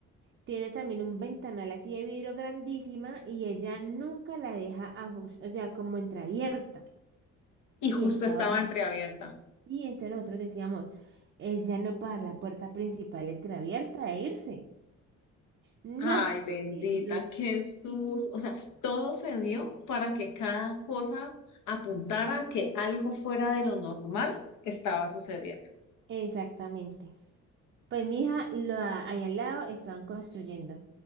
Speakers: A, on the right; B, on the left.
A: tiene también un ventanal así de vidrio grandísima y ella nunca la deja ajustada, o sea, como entreabierta.
B: Y
A: Y
B: justo
A: estaba,
B: estaba entreabierta.
A: y entonces nosotros decíamos, ella no para la puerta principal entreabierta e irse. No.
B: Ay, bendita,
A: Jesús.
B: Jesús. O sea, todo se dio para que cada cosa apuntara a que algo fuera de lo normal estaba sucediendo.
A: Exactamente. Pues mi hija, lo, a- ahí al lado estaban construyendo.